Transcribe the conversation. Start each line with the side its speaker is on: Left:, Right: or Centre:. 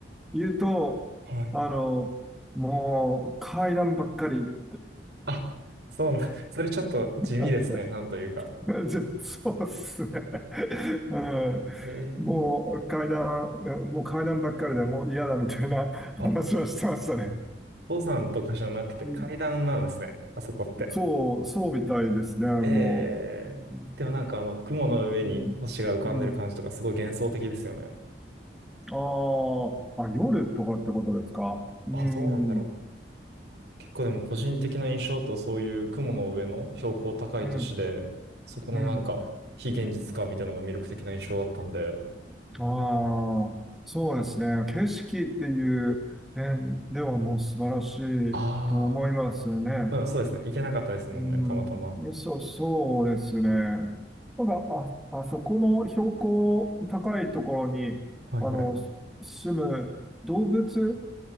Centre: 言うと、
Right: はい。
Centre: あの、もう階段ばっかり。
Right: あ、そうなん、<laughs> それちょっと地味ですね、
Centre: はい
Right: なんというか。
Centre: <laughs> そうっすね。う
Right: えー、
Centre: ん。もう階段、いやもう階段ばっかりでもう嫌だみたいな <laughs>
Right: あ、
Centre: 話はしてましたね。
Right: 登山とかじゃなくて階段なんですね、
Centre: うん
Right: あそこって。
Centre: そう、そうみたいですね、も
Right: えー、
Centre: う。
Right: でもなんかあの、雲の上に星が浮かんでる感じとかすごい幻想的ですよね。
Centre: うん。うん。あーあ、夜とかってことですかうん。
Right: あ、どうなんだろう。結構でも個人的な印象だとそういう雲の上の標高高い都市で、
Centre: うん。
Right: そこのなんか非現実感みたいなのが魅力的な印象だったんで、
Centre: うん。ああ、そうですね。景色っていう点ではもう素晴らしいと思いますね。
Right: ああ、うん、そうですね。行けなかったですもんね、
Centre: うん、
Right: たまたま。
Centre: そう、そうですね。なんか、あ、あそこの標高高いところに、
Right: はいはい。
Centre: あの、す住む動物、